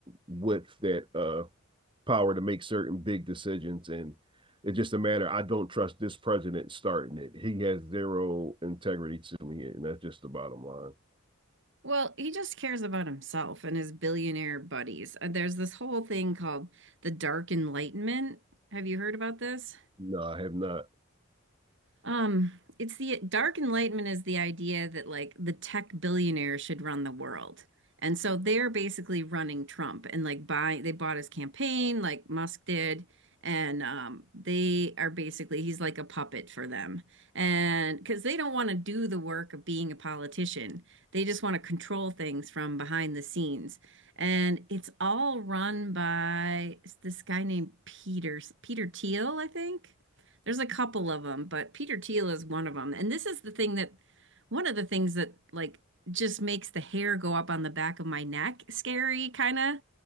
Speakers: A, on the right; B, on the right.
A: with that uh power to make certain big decisions. And it's just a matter, I don't trust this president starting it. He has zero integrity to me, and that's just the bottom line.
B: Well, he just cares about himself and his billionaire buddies. Uh, There's this whole thing called the Dark Enlightenment. Have you heard about this?
A: No, I have not.
B: Um, it's the dark enlightenment is the idea that like the tech billionaire should run the world. And so they're basically running Trump and like buying they bought his campaign like Musk did. And um, they are basically he's like a puppet for them. And because they don't want to do the work of being a politician. They just want to control things from behind the scenes. And it's all run by this guy named Peter Peter Thiel, I think. There's a couple of them, but Peter Thiel is one of them. And this is the thing that one of the things that like just makes the hair go up on the back of my neck scary kind of